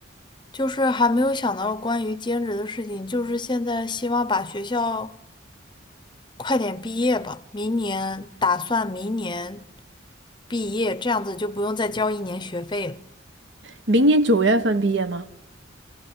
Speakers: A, on the left (about 25°); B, on the right (about 65°).
A: 就是还没有想到关于兼职的事情，就是现在希望把学校快点毕业吧，明年打算明年毕业，这样子就不用再交一年学费了。
B: 明年九月份毕业吗？